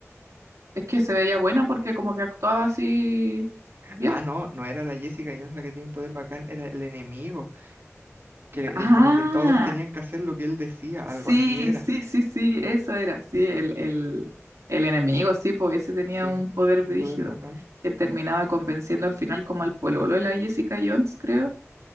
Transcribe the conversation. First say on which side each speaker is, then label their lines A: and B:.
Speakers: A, on the right; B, on the right.
A: es que se veía buena porque como que actuaba así bien.
B: Ah, no, no era la Jessica Jones la que tenía un poder bacán, era el enemigo. que eh,
A: Ah,
B: como que todos tenían que hacer lo que él decía, algo
A: sí,
B: así era.
A: sí, sí, sí, eso era, sí, el, el, el enemigo, sí, pues ese tenía
B: Sí,
A: un poder
B: un
A: brígido
B: poder bacán.
A: que terminaba convenciendo al final como al pololo de la Jessica Jones, creo